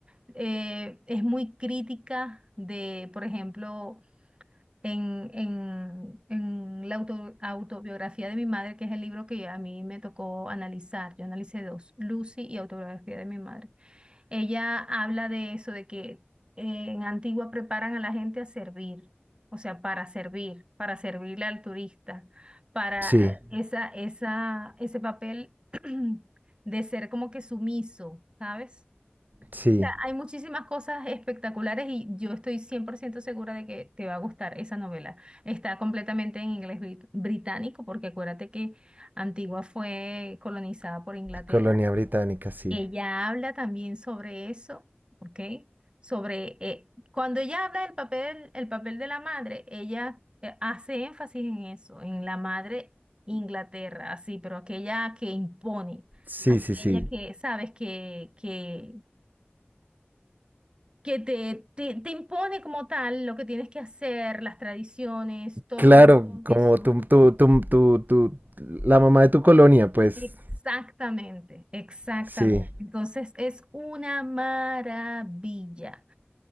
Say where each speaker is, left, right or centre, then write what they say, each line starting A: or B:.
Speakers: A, on the right (about 25°); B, on the right (about 45°).
A: eh, es muy crítica de, por ejemplo, en, en, en la auto- autobiografía de mi madre, que es el libro que a mí me tocó analizar. Yo analicé dos, Lucy y autobiografía de mi madre. Ella habla de eso, de que eh, en Antigua preparan a la gente a servir, o sea, para servir, para servirle al turista, para
B: sí
A: eh, esa, esa, ese papel <clears throat> de ser como que sumiso, ¿sabes?
B: sí
A: Mira, hay muchísimas cosas espectaculares y yo estoy 100% segura de que te va a gustar esa novela. Está completamente en inglés brit- británico, porque acuérdate que Antigua fue colonizada por Inglaterra
B: colonia británica sí
A: ella habla también sobre eso, ¿ok? Sobre, eh, cuando ella habla del papel, el papel de la madre, ella eh, hace énfasis en eso, en la madre Inglaterra, así, pero aquella que impone,
B: sí
A: aquella
B: sí sí
A: que, sabes, que, que, que te, te, te impone como tal lo que tienes que hacer, las tradiciones, todo
B: claro como
A: eso.
B: tú tú tú tú, tú la mamá de tu colonia pues
A: Exactamente, exactamente.
B: sí
A: Entonces es una maravilla.